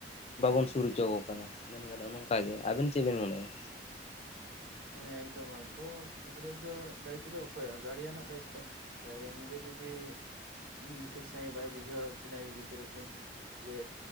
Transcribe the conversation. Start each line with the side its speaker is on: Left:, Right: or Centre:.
Left: ᱵᱟᱵᱚᱱ ᱥᱩᱨ ᱦᱚᱪᱚᱣᱟᱠᱚ ᱠᱟᱱᱟ ᱢᱮᱱ ᱜᱟᱱᱚᱜᱼᱟ ᱱᱚᱝᱠᱟ ᱜᱮ᱾ ᱟᱵᱮᱱ ᱪᱮᱫ ᱵᱮᱱ ᱢᱚᱱᱮᱭᱟ?
Right: ᱦᱮᱸ ᱮᱠᱫᱚᱢ ᱟᱵᱚ ᱜᱤᱫᱽᱨᱟᱹ ᱫᱚ ᱫᱟᱭᱤᱛᱛᱚ ᱫᱚ ᱚᱠᱚᱭᱟᱜ ᱜᱟᱲᱤᱭᱟᱱᱟᱜ ᱫᱟᱭᱤᱛᱛᱚ᱾ ᱜᱟᱲᱭᱮᱱ ᱜᱮ ᱡᱩᱫᱤ ᱩᱸ ᱴᱷᱤᱠ ᱥᱟᱹᱦᱤᱡ ᱵᱟᱭ ᱵᱩᱡᱷᱟᱹᱣ ᱟᱠᱤᱱᱟᱭ ᱜᱤᱫᱽᱨᱟᱹ ᱠᱤᱱ ᱡᱮ